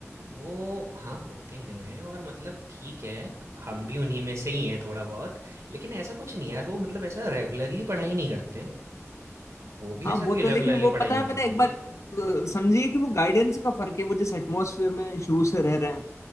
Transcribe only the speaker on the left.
हाँ
वो
तो
लेकिन वो
पता
है मैंने
एक
बार
अ, समझिए कि वो गाइडेंस का फर्क है वो जिस एटमोसफियर में शुरू से रह रहे हैं